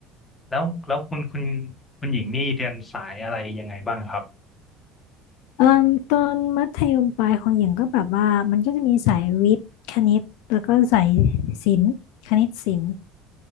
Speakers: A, on the left; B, on the left.
A: แล้วแล้วคุณคุณคุณหญิงนี่เรียนสายอะไรยังไงบ้างครับ
B: เอ่มตอนมัธยมปลายของหญิงก็แบบว่ามันก็จะมีสายวิทย์คณิตแล้วก็สายศิลป์คณิตศิลป์